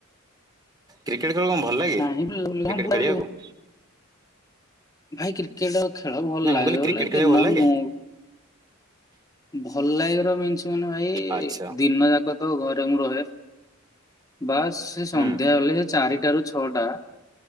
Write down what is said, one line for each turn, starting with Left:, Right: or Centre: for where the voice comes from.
Right: କ୍ରିକେଟ ଖେଳ କଣ ଭଲ ଲାଗେ
Left: ନାହିଁ
Right: କ୍ରିକେଟ
Left: ବୁଲାବୁଲି ହଁ ବୁଲାବୁଲି
Right: ଖେଳିବାକୁ?
Left: ଭାଇ କ୍ରିକେଟ ଆଉ ଖେଳ ଭଲ
Right: ନାଇଁ
Left: ଲାଗେ
Right: ମୁଁ କହିଲି
Left: ବୋଲେ
Right: କ୍ରିକେଟ ଖେଳିବାକୁ
Left: ଦିନ
Right: ଭଲ ଲାଗେ
Left: ମୁଡ୍ ଭଲ ଲାଗିବ ର ମିନ୍ସ ମାନେ ଭାଇ
Right: ଆଚ୍ଛା
Left: ଦିନ ଯାକ ତ ଘରେ ମୁ ରହେ ବାସ୍ ସେ ସନ୍ଧ୍ୟା
Right: ହୁଁ
Left: ହେଲେ ସେ ଚାରିଟାରୁ ଛଅଟା